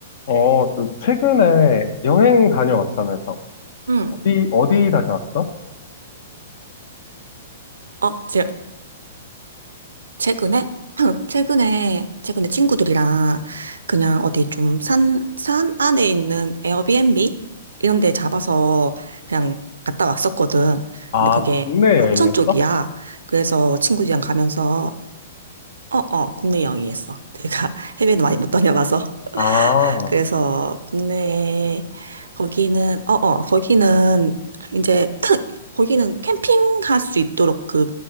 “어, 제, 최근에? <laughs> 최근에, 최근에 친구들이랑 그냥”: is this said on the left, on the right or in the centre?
Right